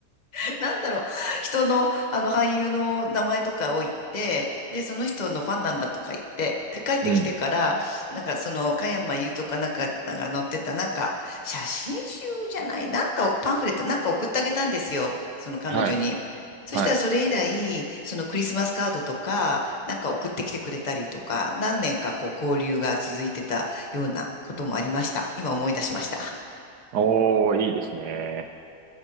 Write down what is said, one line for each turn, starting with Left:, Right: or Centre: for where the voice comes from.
Left: <laughs> なんだろう、人の、あの俳優の名前とかを言って、で、その人のファンなんだとか言って、で、帰ってきてから、
Right: うん。
Left: なんかその、加山雄とかなんかが載ってた、なんか、写真集じゃない、なんかパンフレットなんか送ってあげたんですよ、その彼女に。
Right: はい。
Left: そしたらそれ以来、
Right: はい。
Left: そのクリスマスカードとか、なんか送ってきてくれたりとか、何年かこう交流が続いてたようなこともありました。今思い出しました。
Right: おー、いいですね。